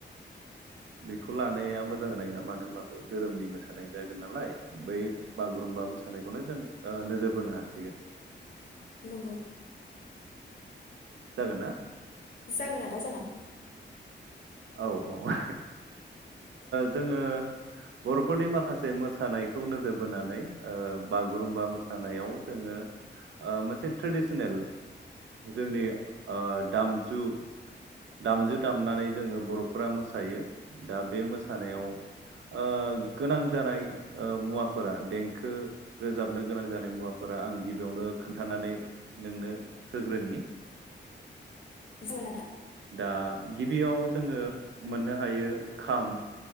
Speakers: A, on the right; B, on the left.
A: बेखौ लानाया मोजां जानाय नङा मानो होनबा बे धोरोमनि मोसानाय जागोन नालाय बै बागुरुम्बा मोसानायखौनो जों नोजोर बोनो हासिगोन।
B: नंगौ
A: जागोन ना
B: जागोन आदा जागोन।
A: औ-औ जोङो बरफोरनि माखासे मोसानायखौ नोजोर बोनानै बागुरुमबा मोसानायाव। जोङो मोनसे ट्रेडसनेल जोंनि ओ दाम -जु दामजिद दामनानै जोङो बरफोरा मोसायो दा बे मोसानायाव ओ गोनां जानाय मुवाफोरा देंखो रोजाबनो गोनां जानाय मुवाफोरा आं गिबियावनो खोन्थानानै नोंनो होग्रोनि।
B: जागोन दा
A: दा गिबियाव जोङो मोननो हायो खाम